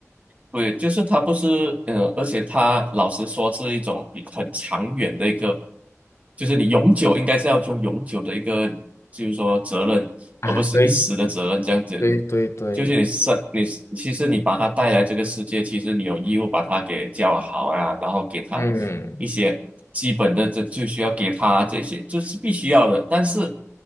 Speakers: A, on the right (about 25°); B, on the left (about 60°).
A: 对，就是他不是，呃，而且他老实说是一种比很长远的一个，就是你永久应该是要用永久的一个，就是说责任，
B: 啊对。
A: 而不是一时的责任这样子。
B: 对对对，
A: 就是你生你，其实你把他带来这个世界，其实你有义务把他给教好啊，然后给他一些基本的，
B: 嗯，
A: 这就需要给他这些，这是必须要的。但是